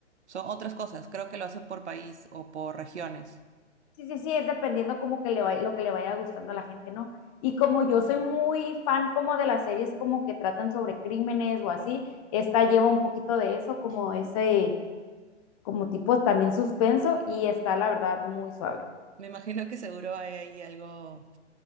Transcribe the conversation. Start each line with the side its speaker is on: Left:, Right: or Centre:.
Right: son otras cosas. Creo que lo hacen por país o por regiones.
Left: Sí, sí, sí, es dependiendo como que le vay- lo que le vaya gustando a la gente, ¿no? Y como yo soy muy fan como de las series como que tratan sobre crímenes o así, esta lleva un poquito de eso, como ese, como tipo también suspenso y está la verdad muy suave.
Right: Me imagino que seguro hay ahí algo,